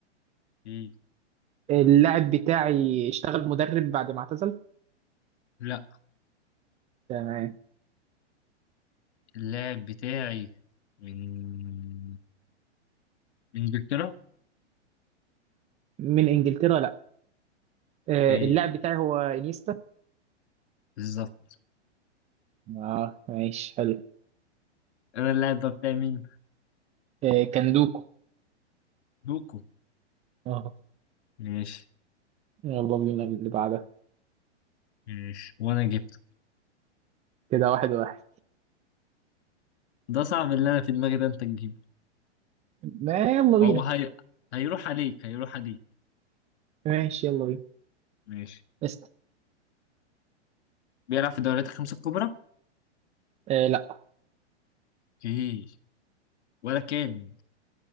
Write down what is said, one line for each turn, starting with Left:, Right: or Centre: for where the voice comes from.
Left: اوكي
Right: اللاعب بتاعي اشتغل مدرب بعد ما اعتزل
Left: لا
Right: تمام
Left: اللاعب بتاعي من من انجلترا
Right: من انجلترا لا آه،
Left: ايه
Right: اللاعب بتاعي هو انيستا
Left: بالظبط
Right: اه ماشي حلو
Left: انا اللاعب ده بتاعي مين
Right: آه، كندوكو
Left: دوكو
Right: اه
Left: ماشي
Right: يلا بينا اللي بعدها
Left: ماشي وانا جبته
Right: كده واحد واحد
Left: ده صعب اللي انا في دماغي ده انت تجيبه
Right: ما يلا بينا
Left: هو هي... هيروح عليك هيروح عليك
Right: ماشي يلا بينا
Left: ماشي
Right: اسأل
Left: بيلعب في الدوريات الخمسة الكبرى
Right: آه لا
Left: ايه ولا كان